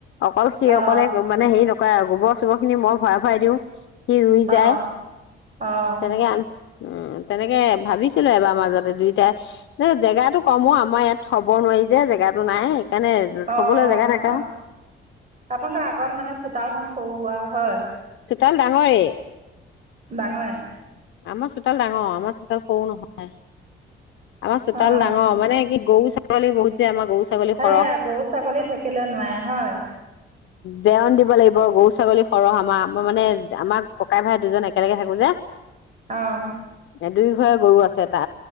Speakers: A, on the left (about 70°); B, on the right (about 40°).
A: অকল সি
B: অঁ
A: অকলে মানে হেৰি নকৰে। গোবৰ চোবৰ খিনি মই ভৰাই ভৰাই দিওঁ। সি ৰুই
B: অঁ
A: যায়
B: অঁ
A: তেনেকে। উ তেনেকে ভাবিছিলো এবাৰ মাজতে দুইটাই এ জেগাতো কমো আমাৰ ইয়াত থব নোৱাৰি যে। যে জেগাাতো নাই। সেইকাৰণে
B: অ
A: থবলৈ
B: -
A: জেগা থাকা
B: অ আপোনালোক আগত মানে চোতালখন সৰু সুৰা হয়।
A: চোতাল ডাঙৰে।
B: ডাঙৰে।
A: আমাৰ চোতাল ডাঙৰ আমাৰ চোতাল সৰু নহয়। আমাৰ চোতাল
B: অঁ
A: ডাঙৰ মানে কি গৰু ছাগলী। ছাগলী বহুত যে আমৰ গৰু- ছাগলী।
B: সেয়া
A: সৰহ
B: গৰু ছাগলী থাকিলে নোৱাৰে হয়।
A: বেয়ন দিব লাগিব গৰু ছাগলী সৰহ আমাৰ, আমাৰ মানে আমাৰ ককাই ভাই দুজন একেলগে থাকো যে।
B: অ '
A: দুই ঘৰে গৰু আছে, ত